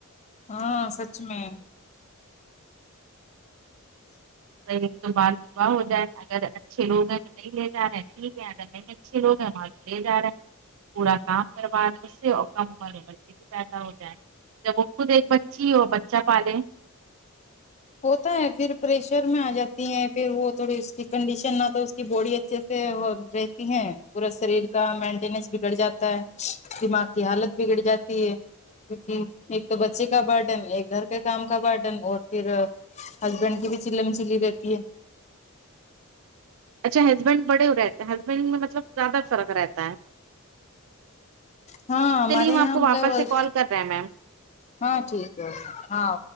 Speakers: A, on the left; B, on the right.
A: ہاں سچ میں
B: ایک تو بال وواہ ہو جائے اگر اچھے لوگ ہیں تو نہیں لۓ جا رہے ہیں ٹھیک ہے اگر نہیں اچھے لوگ ہیں ما لے جا رہے ہیں پورا کام کروا رہے ہیں اس سے اور کم امر میں بچے بھی پیدا ہو جاے جب وہ خود ایک بچی وہ بچہ پالے
A: ہوتا ہے پھر پریشر میں آ جاتی ہیں پھر وہ تھوڑی اس کی کنڈیشن نہ تو کی باڈی اچھے سے رہتی ہے پورا شریر کا مینٹیننس بگڑ جاتا ہے دماغ کی حالت بگڑ جاتی ہے کیونکہ ایک تو بچے کا برڈن ایک گھر کے کام کا برڈن اور پھر ہسبینڈ کی بھی چیلم چلی رہتی ہے
B: اچھا ہسبینڈ بڑے رہتے ہیں ہسبینڈ میں مطلب زیادہ فرق رہتا ہے
A: ہاں ہمارے
B: چلیے
A: یہاں
B: آپ کو
A: ہم
B: واپس
A: لوگ
B: سے کال کر رہے ہیں میم
A: ہاں ٹھیک ہے ہاں